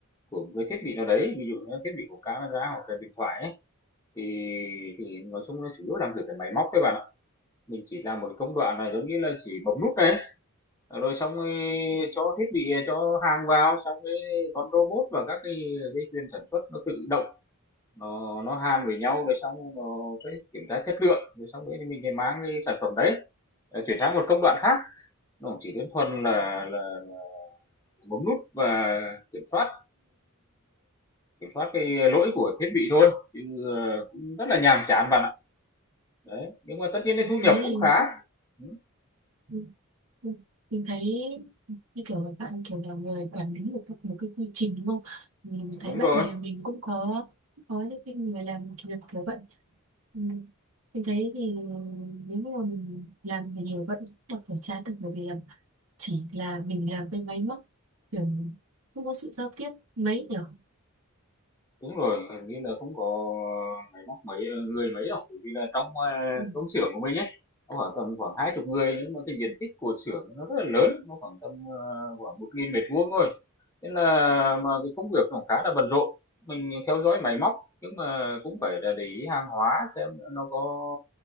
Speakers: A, on the left; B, on the right.
A: của một cái thiết bị nào đấy, ví dụ như là thiết bị của camera hoặc là điện thoại ấy, thì thì nói chung là chủ yếu làm việc với máy móc các bạn ạ. Mình chỉ làm một cái công đoạn là giống như là chỉ bấm nút này, rồi xong, ơ, cho thiết bị, à, cho hàng vào, xong cái con robot và các cái dây chuyền sản xuất nó tự động nó nó hàn với nhau rồi xong rồi nó sẽ kiểm tra chất lượng rồi xong đấy thì mình lại mang cái sản phẩm đấy ờ, chuyển sang một công đoạn khác nó cũng chỉ đơn thuần là, là bấm nút và kiểm soát kiểm soát cái lỗi của thiết bị thôi chứ ờ, cũng rất là nhàm chán bạn ạ đấy nhưng mà tất nhiên cái
B: thế
A: thu nhập
B: thì
A: cũng khá Ừ,
B: ừ. Ừ. mình thấy như kiểu là bạn kiểu là người quản lý được một cái quy trình đúng không mình
A: đúng
B: thấy bạn
A: rồi
B: bè mình cũng có có những cái người làm kiểu việc kiểu vậy ừ. mình thấy thì nếu như mà mình làm mà nhiều vậy cũng là phải trả được bởi vì là chỉ là mình làm với máy móc kiểu không có sự giao tiếp mấy nhở
A: Đúng rồi, hình như là không có máy móc mấy ờ, người mấy đâu, bởi vì là trong à,
B: ừ.
A: công xưởng của mình ấy, nó khoảng tầm khoảng hai chục người nhưng mà cái diện tích của xưởng nó rất là lớn, nó khoảng tầm ờ, khoảng một nghìn mét vuông thôi. nên là mà cái công việc nó khá là bận rộn. Mình theo dõi máy móc nhưng mà cũng phải là để ý hàng hóa xem nó có